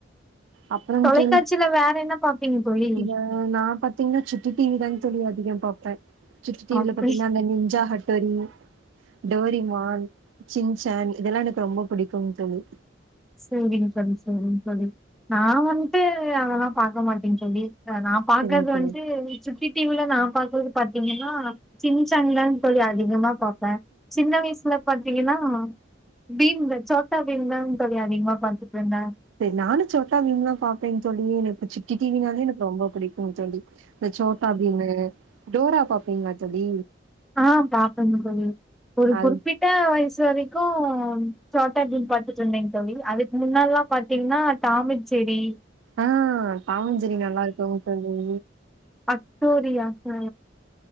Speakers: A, on the right (about 80°); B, in the centre.
A: அப்றொங்
B: தொலைக்காட்சியில
A: தோழி
B: வேற என்ன பாப்பீங்க தோழி
A: இத நா பாத்தீங்னா சுட்டி டி வி தாங் தோழி அதிகம் பாப் சுட்டி டி
B: அப்படி
A: வி ல பாத்தீங்னா அந்த நிஞ்சா ஹட்டோரி டோரிமான் சின்சான் இதெல்லா எனக்கு ரொம்ப புடிக்குங் தோழி
B: சேரிங் தோழி சேரிங் தோழி நா வன்ட்டு அதெல்லா பாக்க மாட்டே தோழி அ நா பாக்கற்து
A: சரிங்க தோழி
B: வன்ட்டு சுட்டி டி வி ல நா பாக்கற்து பாத்தீங்கன்னா சின்சான்தாங் தோழி அதிகமா பாப் பே சின்ன வயசுல ப த்தீங்கனா பீம் த சோட்டா பீம் தா தோழி அதிகமா பாத்துட்ருந்தே
A: தெர் நானு சோட்டா பீம்லா பாப்பேங் தோழி எனக் கு சுட்டி டி வி ன்னாலே எனக்கு ரொம்ப புடிக் கு தோழி இந்த சோட்டா பீமு டோரா பாப் பிங்ளா தோழி
B: ஆ பாப்பெங்க தோழி ஒரு
A: அது
B: குறிப்பிட்ட வயசு வரை க்கு சோட்டா பீம் பாத்துட்ருந்தேங் தோழி அதுக்கு முன்னால்லா பாத்தீங்னா டாமன் செரி
A: ஆ டாம் அண்ட் ஜெர்ரி நல்லா இருக்குங்க தோழி
B: ஹக்டோரியா ஹ